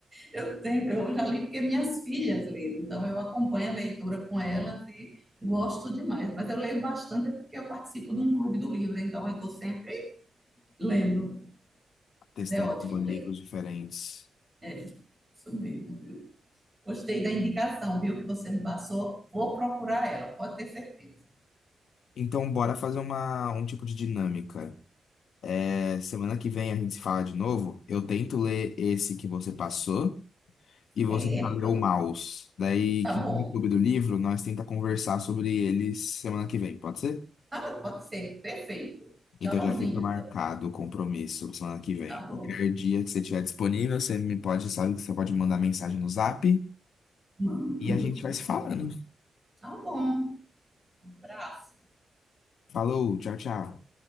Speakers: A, on the right (about 20°); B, on the left (about 75°).
A: Eu tenho, eu já li porque minhas filhas leram, então eu acompanho a leitura com elas e gosto demais. Mas eu leio bastante é porque eu participo de um clube do livro, então eu estou sempre lendo.
B: testando
A: Mas é ótimo
B: com livros
A: ler.
B: diferentes.
A: É, isso mesmo, viu? Gostei da indicação, viu, que você me passou. Vou procurar ela, pode ter certeza.
B: Então, bora fazer uma, um tipo de dinâmica. É, semana que vem a gente se fala de novo. Eu tento ler esse que você passou e
A: Certo?
B: você tenta ler o Maus. Daí,
A: Tá
B: que
A: bom.
B: no clube do livro, nós tenta conversar sobre eles semana que vem, pode ser?
A: Tá bom, pode ser. Perfeito. Tchauzinho,
B: Então já fica marcado
A: então.
B: o compromisso semana que vem.
A: Tá bom.
B: Qualquer dia que você estiver disponível, você me pode, sabe que você pode mandar mensagem no Zap
A: Mando,
B: e a gente vai
A: com
B: se
A: certeza.
B: falando.
A: Tá bom. Um abraço.
B: Falou, tchau, tchau.